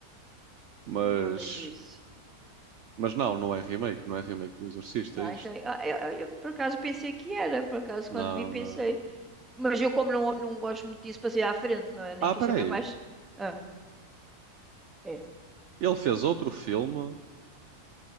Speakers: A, on the right; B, in the centre.
A: Mas.
B: Eu não vejo isso.
A: Mas não, não é remake, não é remake do Exorcista,
B: Não,
A: é isto.
B: então, eu, eu- eu por acaso pensei que era, por acaso
A: Não,
B: quando vi pensei.
A: não, não.
B: Mas eu como não, não gosto muito disso, passei à frente, não é? Nem
A: Ah,
B: quis
A: peraí.
B: saber mais. Ah, é.
A: Ele fez outro filme.